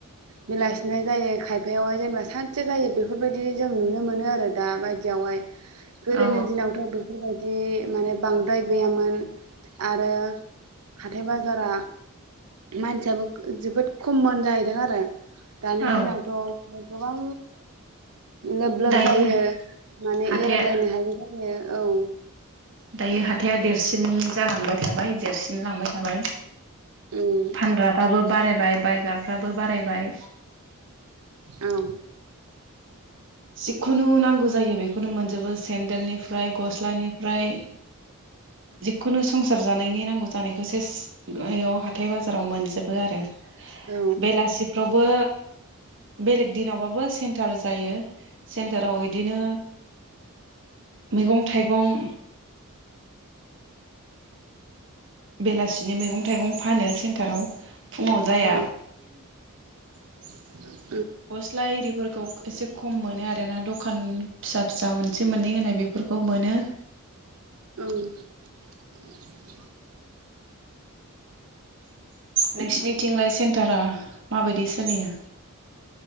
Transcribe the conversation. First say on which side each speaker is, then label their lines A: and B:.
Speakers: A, on the right (about 80°); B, on the right (about 60°).
A: बेलासिनि फ्राय जायो। खायफायावहाय जेनेबा सानसे जायो बेफोरबायदि जों नुनो मोनो आरो दा बायदियावहाय गोदोनि
B: औ
A: दिनावथ' बेफोरबायदि बिदि माने बांद्राय गैयामोन। आरो हाथाय बाजारा मानसियाबो जोबोद खममोन जाहैदों आरो दानि
B: औ
A: दिनावथ' गोबां लोब लोब
B: दायो
A: जायो माने
B: हाथाया
A: एरायलायनो हायि जायो औ
B: दायो हाथाया देरसिन जालांबाय थाबाय देरसिन लांबाय थाबाय
A: उम
B: फानग्राफोराबो बारायबाय बायग्राफ्राबो बारायबाय
A: औ
B: जिखुनु नांगौ जायो बेखौनो मोनजोबो सेन्देलनि फ्राय गस्लानिफ्राय जिखुनु संसार जानायनि नांगौ जानायखौ से बेयाव हाथाय बाजाराव मोनजोबो आरो
A: औ
B: बेलासिफ्रावबो बेलेग दिनावबाबो सेन्टार जायो। सेन्टाराव बिदिनो मैगं -थाइगं बेलासिनि मैगं -थाइगं फानो सेन्टाराव फुङाव जाया
A: औ <inaudible>
B: गस्ला एरिफोरखौ एसे खम मोनो आरो ना दखान फिसा- फिसा मोनसे मोननै होनाय बेफोरखौ मोनो।
A: औ <inaudible>
B: नोंसिनि थिंलाय सेन्टाराव माबायदि सोलियो।